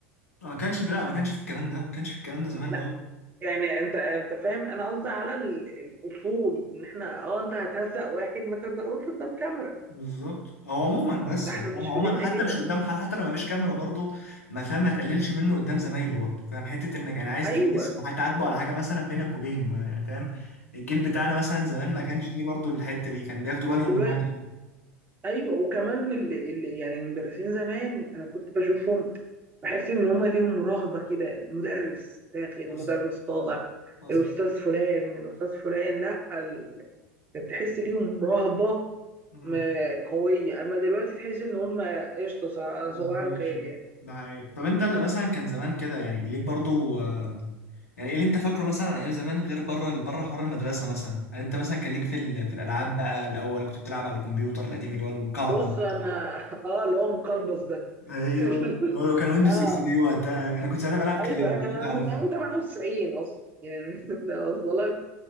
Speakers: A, on the left (about 75°); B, on the right (about 25°).
A: آه، ما كانش لا ما كانش في الكلام ده ما كانش في الكلام ده زمان
B: لا
A: الاول
B: يعني انت انت فاهم انا قصدي على ال- الاصول ان احنا اه انت هتهزق واحد ما تهزقوش قدام كاميرا
A: بالظبط او عموما بس
B: ده احنا
A: يعني
B: مش
A: فاهم عموما
B: في ديننا
A: حتى
B: كده
A: مش قدام حد حتى لو ما فيش كاميرا برضه ما فاهم ما تقللش منه قدام زمايله برضه فاهم حته انك انا عايز
B: ايوه
A: تحس هتعاتبه على حاجه مثلا بينك وبينه ما يعني فاهم الجيل بتاعنا مثلا زمان ما كانش فيه برضه الحته دي كان بياخدوا بالهم
B: دلوقتي
A: من النقطه دي
B: ايوه وكمان اللي اللي يعني المدرسين زمان انا كنت بشوفهم بحس ان هما ليهم رهبه كده المدرس داخل المدرس
A: بص
B: طالع
A: بص
B: الاستاذ فلان الاستاذ فلان لا ال... كنت تحس ليهم رهبه
A: مم.
B: م- قويه اما دلوقتي تحس ان هما قشطه ص-
A: مفيش
B: صباح الخير
A: والله.
B: يعني
A: ده حقيقة طب انت اللي مثلا كان زمان كده يعني ليك برضو آه، يعني ايه اللي انت فاكره مثلا عن ايام زمان غير بره بره حوار المدرسة مثلا هل انت مثلا كان ليك في ال- في الالعاب بقى الاول كنت بتلعب على الكمبيوتر القديم اللي هو المكعب
B: بص
A: ده؟
B: انا <laughs> اه اللي هو مقلبص ده
A: ايوه
B: <laughs>
A: هو لو كان ويندوز
B: اه
A: اكس بي وقتها انا كنت ساعتها بلعب كلاو
B: ايوه انا
A: لو انت عارفها
B: من ايام 98 اصلا يعني <laughs> ده وصل